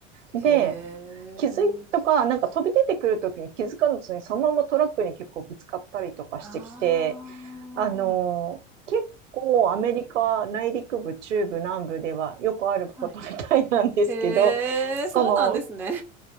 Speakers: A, on the right (about 70°); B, in the centre.
A: で、
B: へえ。
A: 気づいとか、なんか飛び出てくるときに気づかずに、そのままトラックに結構ぶつかったりとかしてきて、
B: ああ、
A: あのー結構アメリカ内陸部、中部、南部ではよくあることみたいなんですけど、
B: はい。へえ、
A: その、
B: そうなんですね。